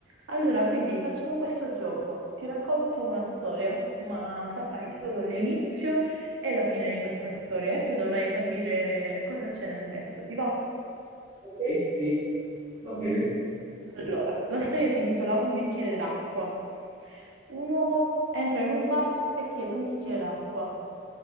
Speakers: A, on the right (about 80°); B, on the right (about 25°).
A: Allora, quindi facciamo questo gioco. Ti racconto una storia, ma saprai solo l'inizio e la fine di questa storia e tu dovrai capire cosa c'è nel mezzo. Ti va?
B: Ok, sì, va bene.
A: Allora, la storia si intitola Un bicchiere d'acqua. Un uomo entra in un bar e chiede un bicchiere d'acqua.